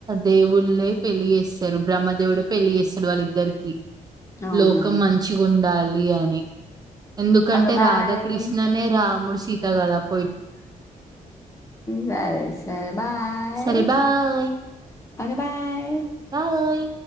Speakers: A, on the right; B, on the left.
A: దేవుళ్ళ పెళ్ళి చేేస్తే బ్రహ్మదేవుడు పెళ్లి చేస్తాడు వాళ్ళ ఇద్దరికి
B: అవునా
A: లోకం మంచిగా ఉండాలి అని ఎందుకంటే
B: ఓకే బాయ్
A: రాధాకృష్ణనే రాముడు సీత కదాడు
B: సరే సార్ బాయ
A: సరే బాయ్.
B: Okay bye
A: bye.